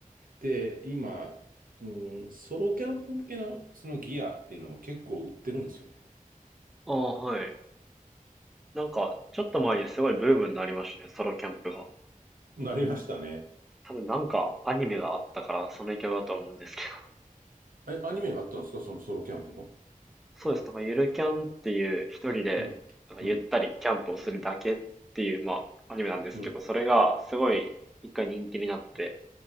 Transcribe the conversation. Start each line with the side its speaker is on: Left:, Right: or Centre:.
Right: で、今、うん、ソロキャンプ向けのそのギアっていうのも結構売ってるんですよね。
Centre: ああ、はい。なんか、ちょっと前にすごいブームになりましたね。ソロキャンプが。
Right: なりましたね。
Centre: 多分なんかアニメがあったからその影響だと思うんですけど。
Right: え、アニメがあったんですかそのソロキャンプの。
Centre: そうです。なんかゆるキャンっていう一人でなんかゆったりキャンプをするだけっていう、
Right: うん。うん。
Centre: まあ、アニメなんですけど、
Right: うん。
Centre: それがすごい一回人気になって、